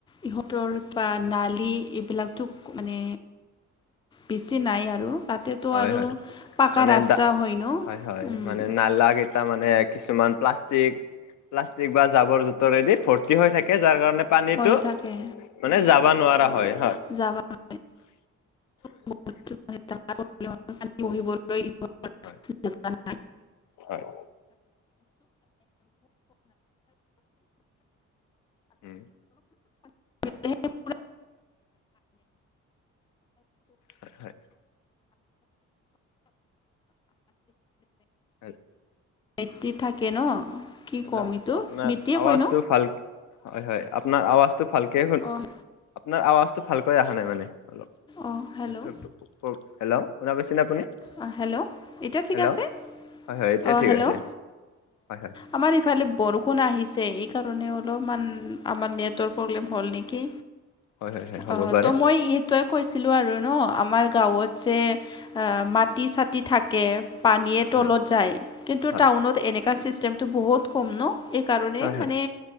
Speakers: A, on the left; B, on the left.
A: ইহঁতৰ বা নালি এইবিলাকতো মানে বেছি নাই আৰু তাত তেত
B: হয়
A: আৰু
B: হয়
A: পাকা
B: মানে
A: ৰাস্তা
B: দা
A: হয় ন
B: হয়
A: উম
B: মানে নালা কেইটা মানে কিছুমান প্লাষ্টিক প্লাষ্টিক বা জাবৰ জোথৰেদি ভৰ্তি হৈ থাকে যাৰ কাৰণে পানীটো
A: হৈ থাকে
B: মানে যাব নোৱাৰা হয় হয়।
A: যাবা <unintelligible>
B: হয় হয়। উম
A: <unintelligible>
B: হয় হয়। হয়
A: আইটি থাকে ন। কি
B: হেল্ল'
A: ক'ম এইটো
B: আপোনাৰ
A: বৃত্তিয়ে
B: আৱাজটো
A: কয় ন
B: ভাল, হয় হয় আপোনাৰ আৱাজটো ভালকে
A: অঁ
B: আপোনাৰ আৱাজটো ভালকৈ অহা নাই মানে অলপ।
A: অঁ হেল্ল'
B: <unintelligible> হেল্ল শুনা পাইছেনে আপুনি
A: অ হেল্ল' এতিয়া ঠিক
B: হেল্ল'
A: আছে,
B: হয় হয় এতিয়া
A: অ
B: ঠিক
A: হেল্ল'
B: আছে
A: অ।
B: হয় হয়
A: আমাৰ এইফালে বৰষুণ আহিছে এইকাৰণে অলপমান আমাৰ নেটৱৰ্ক প্ৰব্লেম হ'ল নেকি?
B: হয় হয় হয় হ'ব
A: অ
B: পাৰে
A: ত মই সেইটোৱেই কৈছিলোঁ আৰু ন আমাৰ গাঁৱত যে এ মাটি-চাটি থাকে পানীয়ে তলত
B: হয়
A: যায় কিন্তু
B: হয়
A: টাউনত এনেকুৱা ছিষ্টেমটো বহুত কম ন এক কাৰণে
B: হয় হয়
A: মানে